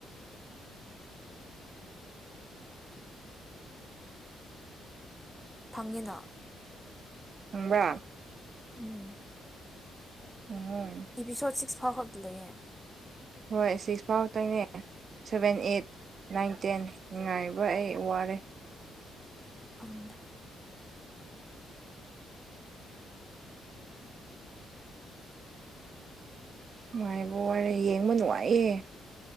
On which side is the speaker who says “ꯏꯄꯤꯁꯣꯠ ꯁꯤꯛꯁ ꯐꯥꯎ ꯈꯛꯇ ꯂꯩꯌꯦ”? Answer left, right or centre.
Centre